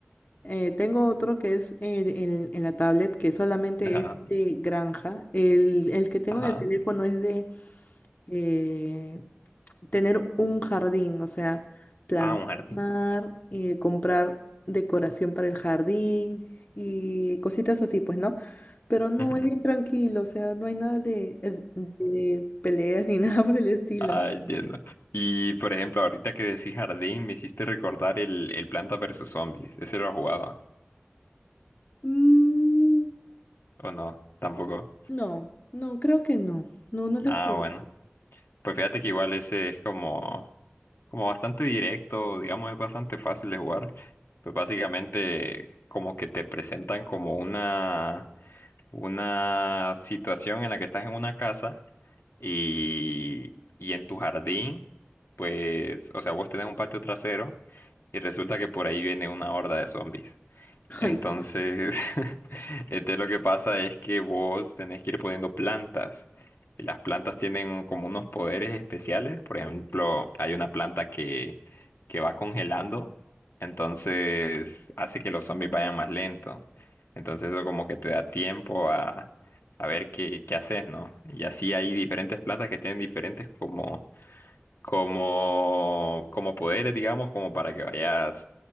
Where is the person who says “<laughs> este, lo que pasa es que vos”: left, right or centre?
Left